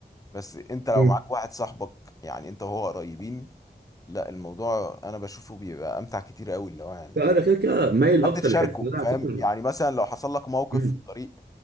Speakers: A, on the left; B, on the right.
A: بس انت لو
B: مم.
A: معاك واحد صاحبك يعني انت وهو قريبين لا الموضوع انا بشوفه بيبقى امتع كتير قوي اللي هو يعني
B: فانا كده كده مايل
A: حد
B: اكتر
A: تشاركه
B: للحته اللي انا
A: فاهم
B: هسافر
A: يعني مثلا لو حصل لك موقف
B: مم.
A: في الطريق